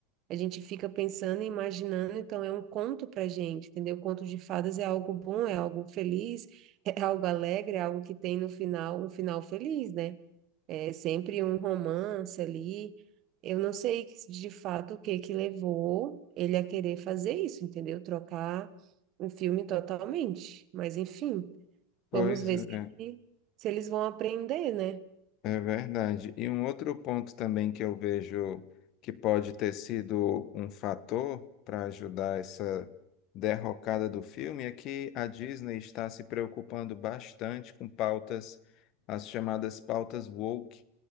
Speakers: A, on the right; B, on the left.
A: a gente fica pensando e imaginando, então é um conto para gente, entendeu? Conto de fadas é algo bom, é algo feliz, <laughs> é algo alegre, é algo que tem no final um final feliz, né? É sempre um romance ali. Eu não sei que- de fato o que que levou ele a querer fazer isso, entendeu? Trocar o filme totalmente. Mas enfim,
B: Pois
A: vamos ver
B: é.
A: se, ele- se eles vão aprender, né?
B: É verdade. E um outro ponto também que eu vejo que pode ter sido um fator para ajudar essa derrocada do filme é que a Disney está se preocupando bastante com pautas, as chamadas pautas woke.